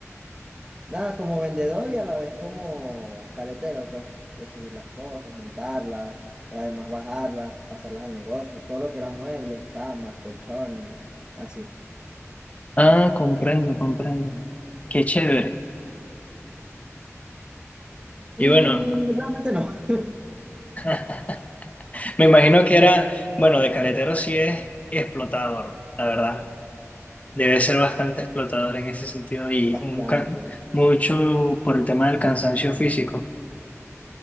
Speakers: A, on the right; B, on the left.
A: nada, como vendedor y a la vez como caletero, pues, de subir las cosas, montarlas, y además bajarlas, pasarlas al negocio, todo lo que era muebles, camas, colchones, así.
B: Ah, comprendo, comprendo. Qué chévere. Y
A: Mm,
B: bueno,
A: realmente no,
B: <laughs> me imagino que era, bueno, de caletero sí es explotador, la verdad. Debe ser bastante explotador en ese sentido
A: <laughs>
B: y
A: bastante.
B: un can- mucho por el tema del cansancio físico.